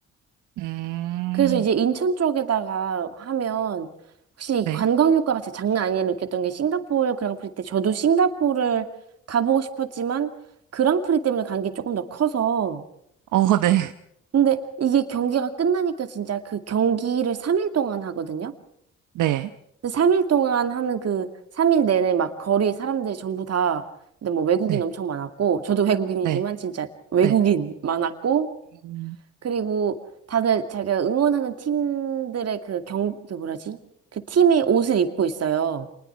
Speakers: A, on the right (about 85°); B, on the right (about 55°).
A: 음,
B: 그래서 이제 인천 쪽에다가 하면, 혹시
A: 네.
B: 이 관광 효과가 진짜 장난 아니라 느꼈던 게 싱가포르 그랑프리 때 저도 싱가포르를 가보고 싶었지만 그랑프리 때문에 간 게 조금 더 커서
A: 어, 네.
B: 근데 이게 경기가 끝나니까 진짜 그 경기를 3일 동안 하거든요?
A: 네.
B: 근데 3일 동안 하는 그 3일 내내 막 거리에 사람들이 전부 다 근데 뭐 외국인
A: 네.
B: 엄청 많았고 저도 <laughs> 외국인이지만
A: 네.
B: 진짜 외국인
A: 네.
B: 많았고
A: 음.
B: 그리고 다들 자기가 응원하는 팀들의 그 경, 그 뭐라지? 그 팀의 옷을 입고 있어요.